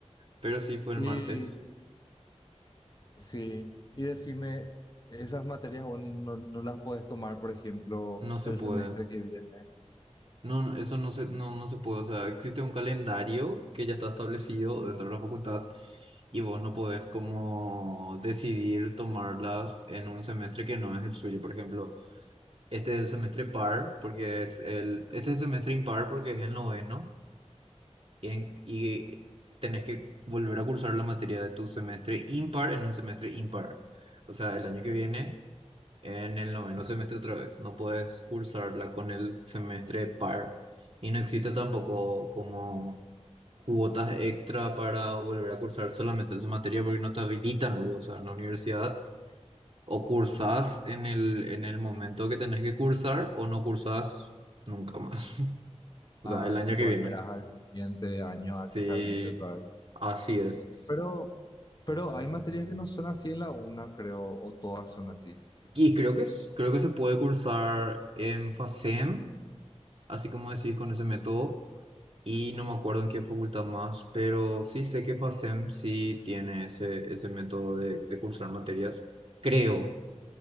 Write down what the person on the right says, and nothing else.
pero sí fue
el martes.
No se
puede.
No, eso no se, no, no se puede. O sea, existe un calendario que ya está establecido dentro de la facultad y vos no podés como decidir tomarlas en un semestre que no es el suyo. Por ejemplo, este es el semestre par, porque es el, este es el semestre impar porque es el noveno, y, en- y tenés que volver a cursar la materia de tu semestre impar en un semestre impar. O sea, el año que viene, en el noveno semestre otra vez, no podés cursarla con el semestre par. Y no existe tampoco como cuotas extra para volver a cursar solamente esa materia porque no te habilitan luego, o sea, en la universidad o cursás en el, en el momento que tenés que cursar o no cursás nunca más, o
sea, el año
que viene.
Sí,
así es.
Y creo que, es- creo que se puede cursar en FASEM, así como decís con ese método, y no me acuerdo en qué facultad más, pero sí sé que FASEM sí tiene ese, ese método de de cursar materias. Creo.